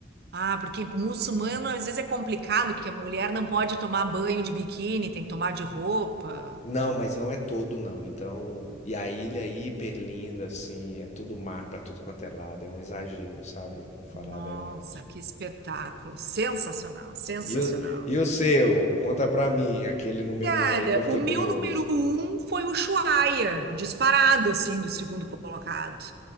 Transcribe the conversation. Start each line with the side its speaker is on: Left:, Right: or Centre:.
Right: Ah, porque muçulmano às vezes é complicado, que a mulher não pode tomar banho de biquíni, tem que tomar de roupa.
Left: Não, mas não é todo não. Então, e a ilha é hiper linda assim, é tudo mar pra tudo quanto é lado, é um exagero, sabe? Falar
Right: Nossa,
Left: a verdade.
Right: que espetáculo! Sensacional, sensacional.
Left: E o, e o seu? Conta pra mim, aquele número
Right: Cara,
Left: um aí que eu fiquei
Right: o meu
Left: curioso.
Right: número um foi o Ushuaia, disparado assim do segundo colocado.